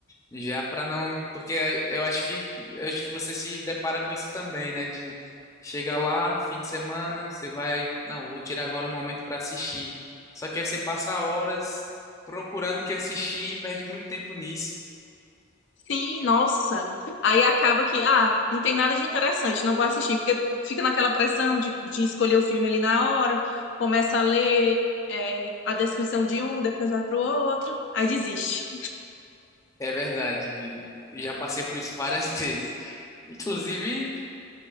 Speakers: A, on the left; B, on the left.
A: Já para não, porque eu acho que eu acho que você se depara com isso também, né? De chegar lá no fim de semana, você vai, aí, não, vou tirar agora um momento para assistir. Só que aí você passa horas procurando o que assistir e perde muito tempo nisso.
B: Sim, nossa. Aí acaba que, ah, não tem nada de interessante, não vou assistir, porque fica naquela pressão de, de escolher o filme ali na hora, começa a ler é, a descrição de um, depois vai pro outro, aí desiste.
A: É verdade. Já passei por isso várias <laughs> vezes. Inclusive